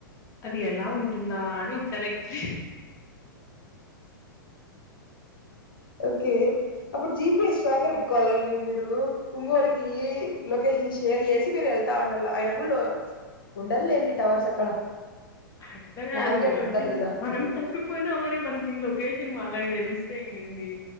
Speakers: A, on the left (about 25°); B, on the left (about 75°).
A: అది ఎలా ఉంటుందా అని ఒకసారి ఏక్
B: ఓకే అప్పుడు జిపిఎస్ ట్రాకర్ పెట్టుకోవాలండి మీరు ఇంగోరికి లొకేషన్ షే షేర్ చేసి మీరు వెళ్తా ఉండాల ఆయన కూడా ఉండద్ లెండి టవర్స్ అక్కడ
A: అట్ల కాదు
B: నావిగేటర్
A: అంటే
B: ఉంటది కదా
A: మనం త ప్పిపోయినామని మనకి లొకేషన్ వాళ్లకు తెలిస్తే ఇంగ ఏంది